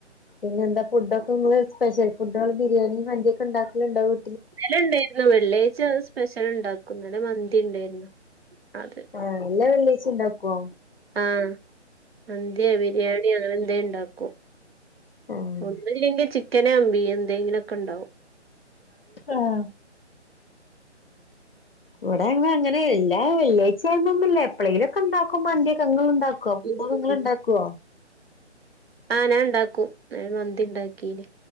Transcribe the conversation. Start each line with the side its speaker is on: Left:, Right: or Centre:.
Left: പിന്നെന്താ ഫുഡൊക്കെ ങ്ങള് സ്പെഷ്യൽ ഫുഡാള് ബിരിയാണിം മന്ത്യക്കെ ണ്ടാക്കല്ണ്ടോ വ്
Right: ഇന്നലെ ണ്ടേയിര്ന്നു വെള്ളിയാഴ്ച സ്പെഷ്യല് ണ്ടാക്കും ഇന്നലെ മന്തി ണ്ടേര്ന്നു. അത്
Left: ആഹ് എല്ലാ വെള്ളിയാഴ്ച്ചി ണ്ടാക്കോ?
Right: ആഹ് മന്ത്യാ ബിരിയാണ്യോ അങ്ങനെന്തെണ്ടാക്കും.
Left: ആഹ്
Right: ഒന്നുല്ലെങ്കി ചിക്കനാ ബീ എന്തെങ്കിലൊക്കെണ്ടാവും.
Left: ഉം ഇവ്ടെ അങ്ങ അങ്ങനെ എല്ലാ വെള്ളിയാഴ്ച്ചയാനൊന്നുല്ല എപ്പളേലൊക്കെണ്ടാക്കും മന്ത്യക്കെ ങ്ങള് ണ്ടാ ക്കൊം <unintelligible>
Right: ഉം.
Left: ഇങ്ങള്ണ്ടാക്കോ?
Right: ആഹ് ഞാ ണ്ടാക്കും ഞാൻ മന്തി ണ്ടാക്കീനി